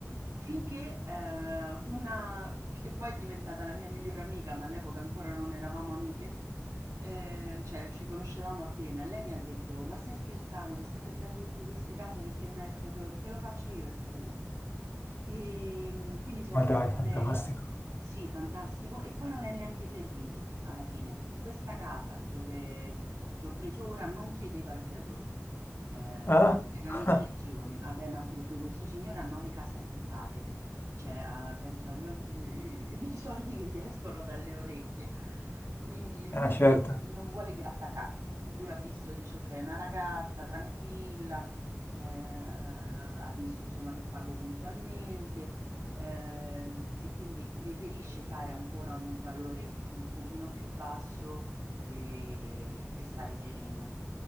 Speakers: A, on the right; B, on the left.
A: Finché, ehm, una che poi è diventata la mia migliore amica, ma all'epoca ancora non eravamo amiche Ehm, cioè ci conoscevamo appena, lei mi ha detto: "Ma stai scherzando? Stai perdendo tutte queste case perché non hai il Fiador? Te lo faccio io il Fiador". Ehm, quindi si è offerta
B: Ma dai, fantastico.
A: lei sì, fantastico, e poi non è neanche servito alla fine, perché questa casa dove che ho preso ora non chiedeva il Fiador. Ehm,
B: Ah?
A: era
B: <laughs>
A: un'eccezione. Vabbè, ma anche perché questo signore ha 9 case affittate. Cioè, a penso agli os i i soldi che gli escono dalle orecchie. Quindi lui
B: Ah, certo.
A: solo non vuole i grattacapi. Lui ha visto, dice: "Okay, una ragazza tranquilla, ehm, ha visto insomma che pago puntualmente, ehm, e quindi preferisce fare ancora un valore un pochino più basso, ehm, e stare sereno".